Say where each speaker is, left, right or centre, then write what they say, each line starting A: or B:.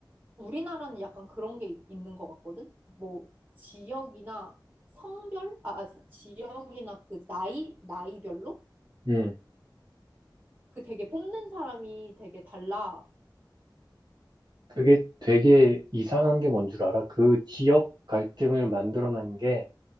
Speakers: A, on the right (about 25°); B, on the right (about 60°).
A: 우리나라는 약간 그런 게 있- 있는 것 같거든? 뭐, 지역이나 성별? 아, 아, 지역이나 그 나이, 나이별로?
B: 예.
A: 그 되게 뽑는 사람이 되게 달라.
B: 그게 되게 이상한 게 뭔 줄 알아? 그 지역 갈등을 만들어낸 게,